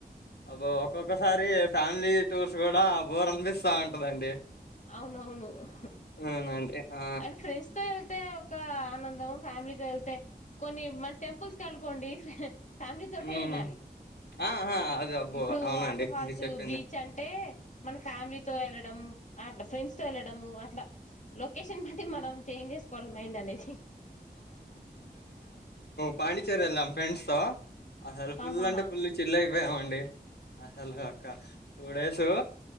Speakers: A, on the left; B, on the left.
A: అబో ఒక్కొక్కసారి ఫ్యామిలీ టూర్స్ కూడా బోర్ అనిపిస్తా ఉంటందండి
B: అవునవును అహ
A: అవునండి ఆ
B: అండ్ ఫ్రెండ్స్ తో వెళ్తే ఒక అనందం ఫ్యామిలీతో వెళ్తే కొన్ని మన టెంపుల్స్ క అనుకోండి ఫ్యామిలీ తోటే
A: ఉహు
B: వెళ్లాలి
A: ఆ ఆ అదే అబ్బో
B: ఇప్పుడు
A: అవునండి
B: వాటర్ ఫాల్స్
A: మీరు చెప్పింది
B: బీచ్ అంటే మన ఫ్యామిలీతో వెళ్ళడం అట్లా ఫ్రెండ్స్ తో వెళ్ళడము అట్లా లొకేషన్ నీ బట్టి మనం చేంజ్ చేసుకోవాలి మైండ్ అనేది
A: పాండిచేర్ ఎల్లాం ఫ్రెండ్స్ తో అసలు ఫుల్
B: ఆహా
A: అంటే ఫుల్ చిల్ ఏవండీ అసలు ఒక టూ డేస్